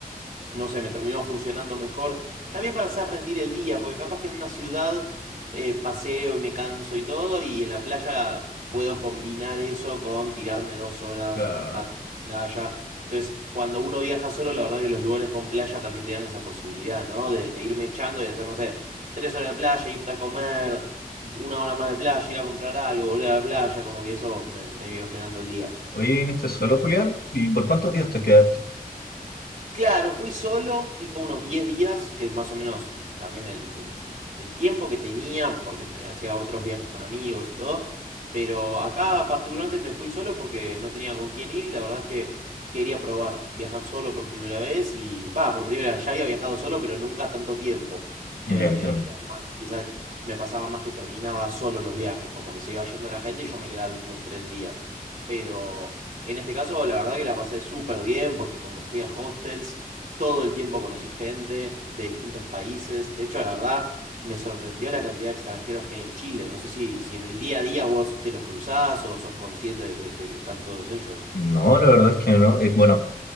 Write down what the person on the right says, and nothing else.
no sé, me terminó funcionando mejor. También para hacer rendir el día, porque capaz que en una ciudad eh, paseo y me canso y todo, y en la playa p- puedo combinar eso con tirarme dos horas,
acostarme en la playa. Entonces, cuando uno viaja solo, la verdad que los lugares con playa también te dan esa posibilidad, ¿no? De, de irme echando y hacer, no sé, tres horas de playa, irte a comer, una hora más de playa, ir a comprar algo, volver a la playa, como que eso me, me iba llenando el día.
Claro, fui solo, tipo unos 10 días, que es más o menos también el, el- el tiempo que tenía, porque te- hacía otros viajes con amigos y todo, pero acá particularmente me fui solo porque no tenía con quién ir y la verdad es que quería probar viajar solo por primera vez y, va, por primera vez, ya había viajado solo, pero nunca tanto tiempo. Eh,
era más- quizá me pasaba más que terminaba solo los viajes, como que se iba yendo la gente y yo me quedaba los últimos tres días, pero... En este caso, la verdad que la pasé súper bien porque como fui a hostels, todo el tiempo conocí gente de distintos países. De hecho, la verdad, me sorprendió la cantidad de extranjeros que hay en Chile. No sé si, si en el día a día vos te los cruzás o sos consciente de que, de que están todos ellos.